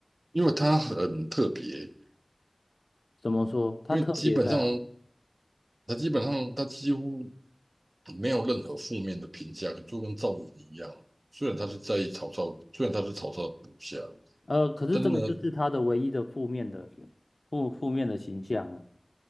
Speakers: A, on the right; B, on the left.
A: 因为他很特别，
B: 怎么说？他特别在哪里
A: 因为基本上。他基本上他几乎没有任何负面的评价，就跟赵云一样。虽然他是在曹操，虽然他是曹操的部下，
B: 呃，可是这个就是他的唯一的负面的
A: 但是呢，
B: 负负面的形象啊。